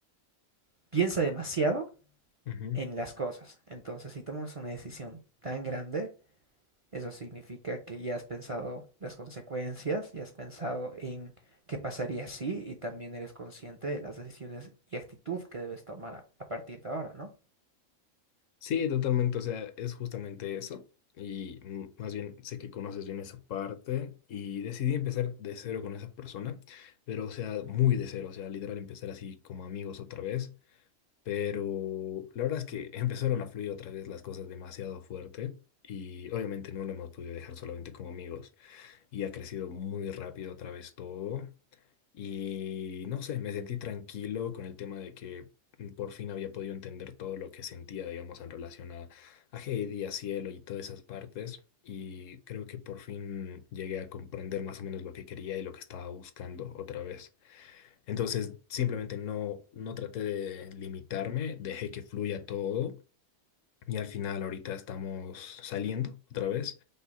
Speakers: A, on the right; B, on the left.
A: piensa demasiado
B: Ujú.
A: en las cosas. Entonces, si tomas una decisión tan grande, eso significa que ya has pensado las consecuencias, ya has pensado en qué pasaría si y también eres consciente de las decisiones y actitud que debes tomar a a partir de ahora, ¿no?
B: Sí, totalmente. O sea, es justamente eso. Y mm, más bien sé que conoces bien esa parte y decidí empezar de cero con esa persona, pero o sea, muy de cero, o sea, literal empezar así como amigos otra vez. Pero la verdad es que <laughs> empezaron a fluir otra vez las cosas demasiado fuerte y obviamente no lo hemos podido dejar solamente como amigos y ha crecido muy rápido otra vez todo Y no sé, me sentí tranquilo con el tema de que por fin había podido entender todo lo que sentía, digamos, en relación a, a Heidi, a Cielo y todas esas partes. Y creo que por fin llegué a comprender más o menos lo que quería y lo que estaba buscando otra vez. Entonces, simplemente no, no traté de limitarme, dejé que fluya todo. Y al final ahorita estamos saliendo otra vez.